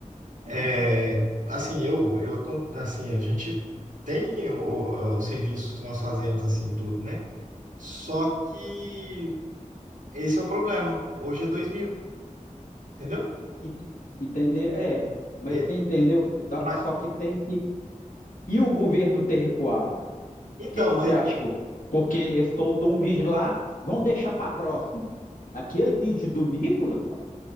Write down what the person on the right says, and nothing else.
É, assim, eu, eu, acon- assim, a gente tem o- os serviços que nós fazemos, assim, tudo, né? Só que esse é o problema. Hoje é dois mil entendeu?
É,
mas-
então,
mas,
e-